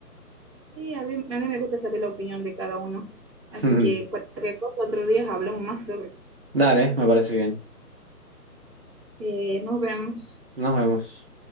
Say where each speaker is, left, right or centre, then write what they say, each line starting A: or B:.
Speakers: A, on the right; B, on the right.
A: Sí, a mí, a mí me gusta saber la opinión de cada uno.
B: <laughs>
A: Así que cualquier cosa, otro día hablamos más sobre.
B: Dale, me parece bien.
A: Eh, nos vemos.
B: Nos vemos.